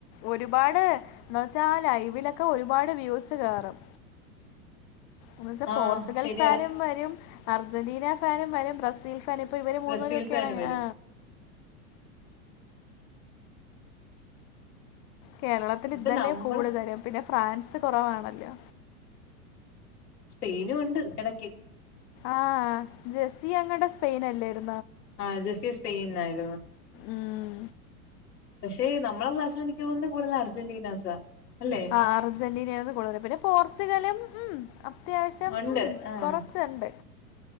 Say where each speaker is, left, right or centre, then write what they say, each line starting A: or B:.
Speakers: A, on the left; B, on the left.
A: ഒരുപാട് എന്നുവെച്ചാ ലൈവിലൊക്കെ ഒരുപാട് വ്യൂസ് കേറും <inaudible> എന്ന് വെച്ചാ
B: ആഹ്
A: പോർച്ചുഗൽ
B: ശരിയാ
A: ഫാനും വരും അർജന്റീന ഫാനും വരും ബ്രസീൽ ഫാ വരും. ഇപ്പോ ഇവര് മൂന്നൂപേരുമൊക്കെയാണ്
B: ബ്രസീൽ ഫാനും വരും
A: ആ കേരളത്തിൽ
B: ഇപ്പൊ
A: ഇതല്ലേ
B: നമ്മള്
A: കൂടുതലും പിന്നെ ഫ്രാൻസ് കൊറവാണല്ലോ
B: സ്പെയിനും ഒണ്ട് ഇടയ്ക്ക്
A: ആഹ് ജെസി അങ്ങടെ സ്പെയിൻ അല്ലേരുന്നു
B: ആഹ് ജസ്സീ സ്പെയിൻനായിരുന്നു
A: ഉം.
B: പക്ഷെ നമ്മളെ ക്ലാസ്സില് എനിക്ക് തോന്നുന്നന് കൂടുതല അർജന്റീനാസാ അല്ലെ
A: ആഹ് അർജന്റീനെയാന്ന് കൂടുതല് പിന്നെ പോർച്ചുഗലും ഉമ് അത്യാവശ്യം
B: ഉണ്ട്
A: മ്മ്
B: ആഹ്
A: കുറച്ചുണ്ട്